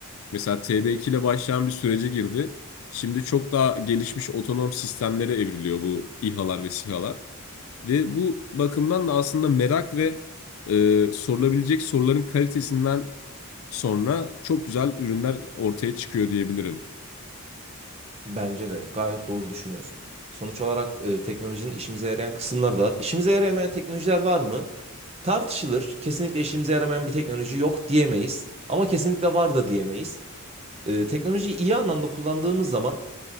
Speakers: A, on the left; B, on the right.
A: mesela TB2 ile başlayan bir sürece girdi. Şimdi çok daha gelişmiş otonom sistemlere evriliyor bu İHA'lar ve SİHA'lar. Ve bu bakımdan da aslında merak ve e, sorulabilecek soruların kalitesinden sonra çok güzel ürünler ortaya çıkıyor diyebilirim.
B: Bence de gayet doğru düşünüyorsun. Sonuç olarak e, teknolojinin işimize yarayan kısımları da var. İşimize yaramayan teknolojiler var mı? Tartışılır. Kesinlikle işimize yaramayan bir teknoloji yok diyemeyiz. Ama kesinlikle var da diyemeyiz. E, teknolojiyi iyi anlamda kullandığımız zaman